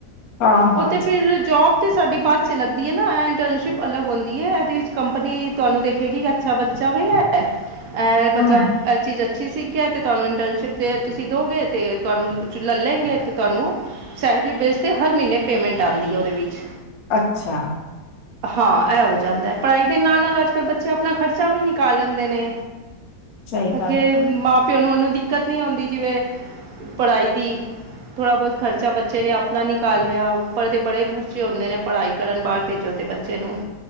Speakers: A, on the left; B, on the right.
A: ਹਾਂ ਹਾਂ
B: ਉਹ ਤੇ
A: ਜੀ
B: ਫਿਰ ਜੋਬ ਤੇ ਸਾਡੀ, ਬਾਅਦ 'ਚ ਲੱਗਦੀ ਹਏ ਨਾ ਇੰਟਰਨਸ਼ਿਪਅਲੱਗ ਹੁੰਦੀ ਏ, ਏਦੇ ਵਿੱਚ ਕੰਪਨੀ ਤੁਹਾਨੂੰ ਦੇਖੇਗੀ ਕਿ, ਅੱਛਾ ਬੱਚਾ ਚਾਵੇ ਅ ਅਹ,
A: ਹੂੰ
B: ਮਤਲਬ ਇਹ ਚੀਜ਼ ਅੱਛੀ ਸੀ ਕਿ ਤੁਹਾਨੂੰ ਇੰਟਰਨਸ਼ਿਪ ਦੇ ਤੁਸੀਂ ਦੋਗੇ ਅਤੇ ਤੁਹਾਨੂੰ ਲੇ ਲੈਣ ਗੇ ਅਤੇ ਤੁਹਾਨੂੰ ਸੈਲਰੀ ਬੇਸ ਤੇ, ਹਰ ਮਹੀਨੇ ਪੇਮੈਂਟ ਆਉਦੀ ਹੈ ਉਹਦੇ ਵਿੱਚ
A: ਅੱਛਾ
B: ਹਾਂ, ਇਹ ਹੋ ਜਾਂਦਾ, ਪੜ੍ਹਾਈ ਦੇ ਨਾਲ ਨਾਲ ਅੱਜ ਕੱਲ੍ਹ ਬੱਚੇ ਆਪਣਾ, ਖਰਚ ਖਰਚਾ ਵੀ, ਨਿਕਾਲ ਲੈਂਦੇ ਨੇ,
A: ਸਹੀ
B: ਅੱਗੇ
A: ਗੱਲ ਹੈ
B: ਮਾਂ ਪਿਓ ਨੂੰ, ਉਹਨੂੰ ਦਿੱਕਤ ਨੀ ਹੁੰਦੀ ਜਿਵੇਂ ਪੜ੍ਹਾਈ, ਦੀ ਥੋੜ੍ਹਾ ਬਹੁਤ ਖਰਚਾ, ਬੱਚੇ ਨੇ ਆਪਣਾ ਨਿਕਾਲ ਲਿਆ, ਉੱਪਰ ਦੇ ਬੜੇ ਖਰਚੇ ਹੁੰਦੇ ਨੇ ਪੜ੍ਹਾਈ ਕਰਨ, ਬਾਹਰ ਭੇਜੋ ਅਤੇ ਬੱਚੇ ਨੂੰ